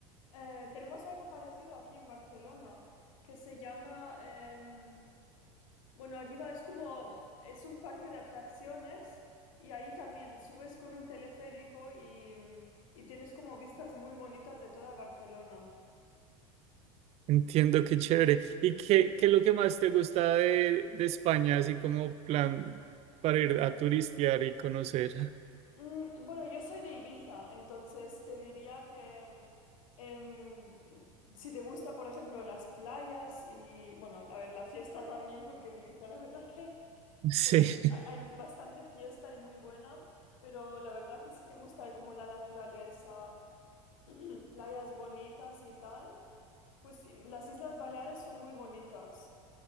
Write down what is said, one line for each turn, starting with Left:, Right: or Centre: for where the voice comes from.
Left: eh, tenemos algo parecido aquí en Barcelona, que se llama, em, Bueno, arriba es como, es un parque de atracciones y ahí también subes con un teleférico y, mm, y tienes como vistas muy bonitas de toda Barcelona.
Right: Entiendo, qué chévere. ¿Y qué,
Left: Sí.
Right: qué es lo que más te gusta de, de España, así como plan para ir a turistear y conocer?
Left: Mm, bueno, yo soy de Ibiza, entonces te diría que em, mm, em, si te gusta, por ejemplo, las playas y, bueno, a ver, la fiesta también, porque en Ibiza la verdad que se-
Right: <laughs> Sí.
Left: ha- hay bastante fiesta y muy buena, pero la verdad que si te gusta como la naturaleza. <clears throat> playas bonitas y tal. Pues y- las Islas Baleares son muy bonitas.